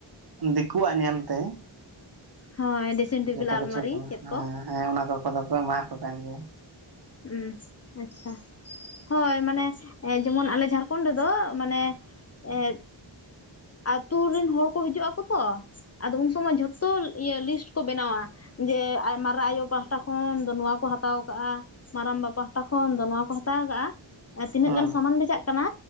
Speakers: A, on the right; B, on the left.
A: ᱫᱤᱠᱩᱣᱟᱜ ᱧᱮᱞᱛᱮ
B: ᱦᱳᱭ ᱰᱨᱮᱥᱤᱝ ᱴᱮᱵᱤᱞ
A: ᱡᱚᱛᱚ
B: ᱟᱞᱢᱟᱨᱤ
A: ᱠᱤᱪᱷᱩ ᱠᱚ
B: ᱪᱮᱫ
A: ᱦᱮᱸ ᱦᱮᱸ ᱚᱱᱟ ᱠᱚ ᱠᱚᱫᱚ ᱠᱚ ᱮᱢᱟ ᱟᱠᱚ ᱠᱟᱱ ᱜᱮᱭᱟ᱾
B: ᱦᱮᱸ ᱟᱪᱪᱷᱟ ᱦᱳᱭ ᱢᱟᱱᱮ ᱡᱮᱢᱚᱱ ᱟᱞᱮ ᱡᱷᱟᱲᱠᱷᱚᱸᱰ ᱨᱮᱫᱚ ᱢᱟᱱᱮ ᱮᱻ ᱟᱛᱩ ᱨᱮᱱ ᱦᱚᱲ ᱠᱚ ᱦᱤᱡᱩᱜ ᱟᱠᱚ ᱛᱚ ᱟᱫᱚ ᱩᱱ ᱥᱚᱢᱚᱭ ᱡᱷᱚᱛᱚ ᱤᱭᱟᱹ ᱞᱤᱥᱴ ᱠᱚ ᱵᱮᱱᱟᱣᱟ ᱡᱮ ᱢᱟᱨᱟᱜ ᱟᱭᱳ ᱯᱟᱦᱴᱟ ᱠᱷᱚᱱ ᱫᱚ ᱱᱚᱣᱟ ᱠᱚ ᱦᱟᱛᱟᱣ ᱠᱟᱜ-ᱟ᱾ ᱢᱟᱨᱟᱢᱵᱟ ᱯᱟᱦᱴᱟ ᱠᱷᱚᱱ ᱫᱚ ᱱᱚᱣᱟ ᱠᱚ ᱦᱟᱛᱟᱣ ᱠᱟᱜᱼᱟ ᱛᱤᱱᱟᱹᱜ
A: ᱦᱮᱸ
B: ᱜᱟᱱ ᱥᱟᱢᱟᱱ ᱵᱷᱮᱡᱟᱜ ᱠᱟᱱᱟ